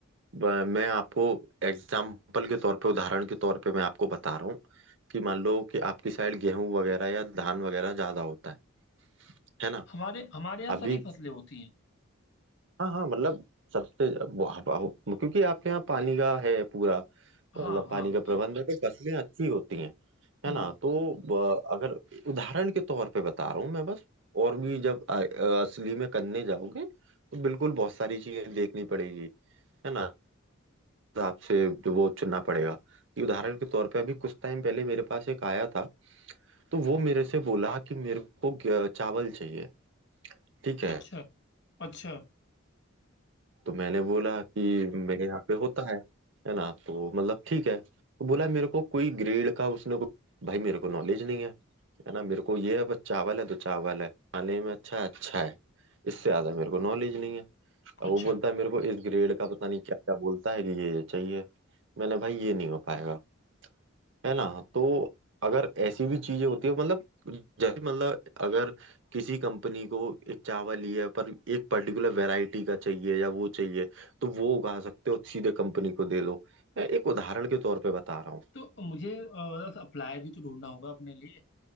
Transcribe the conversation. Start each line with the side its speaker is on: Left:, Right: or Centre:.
Right: ब- मैं आपको एग्जाम्पल के तौर पे उदाहरण के तौर पे मैं आपको बता रहा हूँ कि मान लो कि आपकी साइड गेहूं वगैरह या धान वगैरह ज्यादा होता है है ना
Left: हमारे हमारे यहाँ
Right: अभी
Left: सभी फसलें होती हैं
Right: हाँ हाँ मतलब सबसे वाह वाह क्योंकि आपके यहाँ पानी का है पूरा
Left: हाँ
Right: मतलब
Left: हाँ
Right: पानी का प्रबंध
Left: हाँ
Right: है तो फसलें अच्छी होती हैं है
Left: हम्म
Right: ना तो ब- अगर उदाहरण के तौर पे बता रहा हूँ मैं बस और भी जब अ- अ- असली में करने जाओगे तो बिल्कुल बहुत सारी चीजें देखनी पड़ेगी है ना आपसे जो वो चुनना पड़ेगा कि उदाहरण के तौर पे अभी कुछ टाइम पहले मेरे पास एक आया था तो वो मेरे से बोला कि मेरे को ग- चावल चाहिए ठीक है
Left: अच्छा अच्छा
Right: तो मैंने बोला कि मेरे यहाँ पे होता है है ना तो मतलब ठीक है तो बोला मेरे को कोई ग्रेड का उसने को भाई मेरे को नॉलेज नहीं है है ना मेरे को ये है बस चावल है तो चावल है खाने में अच्छा है अच्छा है इससे ज्यादा मेरे को नॉलेज नहीं है अब
Left: अच्छा
Right: वो बोलता है मेरे को इस ग्रेड का पता नहीं क्या क्या बोलता है कि ये ये चाहिए मैंने भाई ये नहीं हो पाएगा है ना तो अगर ऐसी भी चीजें होती है मतलब जब मतलब अगर किसी कंपनी को एक चावल ही है पर एक पर्टिकुलर वैरायटी का चाहिए या वो चाहिए तो वो उगा सकते हो सीधे कंपनी को दे दो मैं एक उदाहरण के तौर पे बता रहा हूँ
Left: तो मुझे अप्लाई भी तो ढूंढना होगा अपने लिए